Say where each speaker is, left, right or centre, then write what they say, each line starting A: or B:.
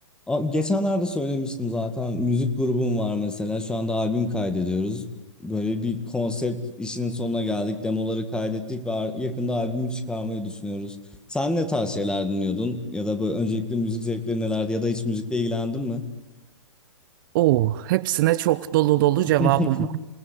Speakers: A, in the centre; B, on the right.
A: Abi geçenlerde söylemiştim zaten müzik grubum var mesela şu anda albüm kaydediyoruz. Böyle bir konsept işinin sonuna geldik. Demoları kaydettik ve ar- yakında albümü çıkarmayı düşünüyoruz. Sen ne tarz şeyler dinliyordun? Ya da böyle öncelikle müzik zevkleri nelerdi ya da hiç müzikle ilgilendin mi?
B: Oo, hepsine çok dolu dolu
A: <laughs>
B: cevabım var.